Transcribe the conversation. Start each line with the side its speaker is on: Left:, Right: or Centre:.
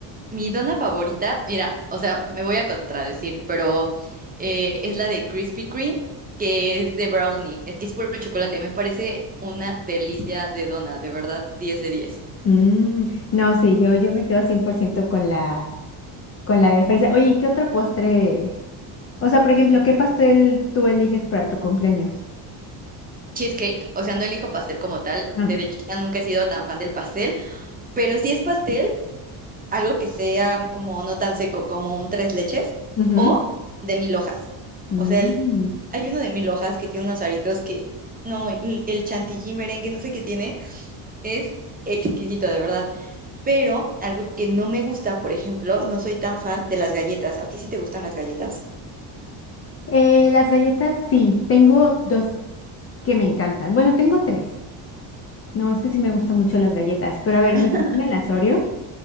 Right: Mi dona favorita, mira, o sea, me voy a contradecir, pero eh, es la de Krispy Kreme, que es de brownie. Es que es puro chocolate. Me parece una delicia de dona, de verdad, 10 de 10.
Left: Mm, no, sí, yo, yo me quedo 100% con la, con la de fresa. Oye, ¿y qué otro postre? O sea, por ejemplo,
Right: Eh,
Left: ¿qué pastel tú eliges para tu cumpleaños?
Right: cheesecake, o sea, no elijo pastel como tal.
Left: Mm.
Right: Desde chiquita nunca he sido tan fan del pastel, pero si es pastel. algo que sea como no tan seco, como un tres leches
Left: Ujú.
Right: o de mil hojas. O
Left: Mm.
Right: sea, el- hay uno de mil hojas que tiene unos aritos que, no, el, el chantilly merengue, no sé qué tiene, es exquisito, de verdad. Pero algo que no me gusta, por ejemplo, no soy tan fan de las galletas. ¿A ti sí te gustan las galletas?
Left: Eh, las galletas, sí, tengo dos que me encantan. Bueno, tengo tres. No, es que sí me gustan mucho las galletas, pero a ver,
Right: <laughs>
Left: me fascinan las Oreo.